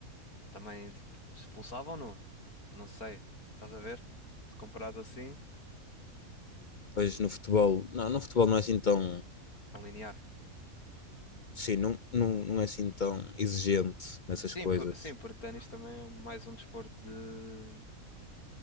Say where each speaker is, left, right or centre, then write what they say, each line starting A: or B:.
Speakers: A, on the left (about 85°); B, on the left (about 50°).
A: também tipo expulsavam-no. Não sei. Estás a ver? Se comparado assim,
B: Pois no futebol, não, no futebol não é assim tão,
A: tão linear.
B: sim, não, não, não é assim tão exigente nessas
A: Sim,
B: coisas.
A: por, sim, porque ténis também é mais um desporto de,